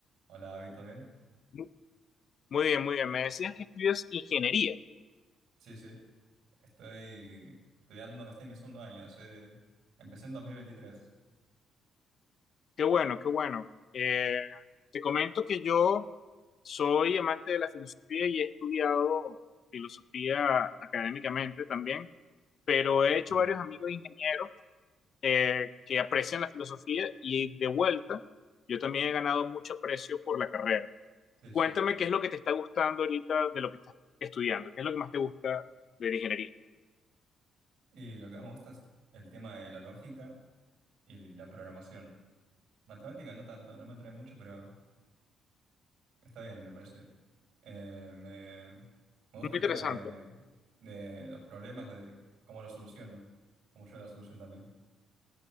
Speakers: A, on the right; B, on the left.
A: Hola, David, ¿todo bien?
B: Mu- Muy bien, muy bien. Me decías que estudias ingeniería.
A: Sí, sí, estoy estudiando, este es mi segundo año, hace, empecé en 2023.
B: Qué bueno, qué bueno. Eh, te comento que yo soy amante de la filosofía y he estudiado filosofía académicamente también, pero he hecho
A: Mm,
B: varios amigos ingenieros eh, que aprecian la filosofía y de vuelta yo también he ganado mucho aprecio por la carrera.
A: sí,
B: Cuéntame
A: sí.
B: qué es lo que te está gustando ahorita de lo que estás estudiando, qué es lo que más te gusta de la ingeniería.
A: Y lo que más me gusta es el tema de la lógica y la programación. Matemática no tanto, no me atrae mucho, pero está bien, me parece bien. Eh, me, me gusta
B: Muy
A: el
B: interesante.
A: tema de, de los problemas, de cómo los soluciono, cómo yo la solución también.